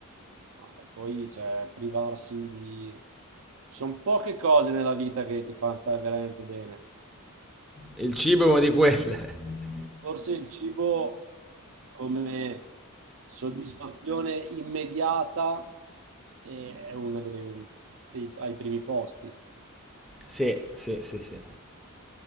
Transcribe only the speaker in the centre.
Il cibo è uno di quelle. <laughs>
Sì, sì, sì, sì.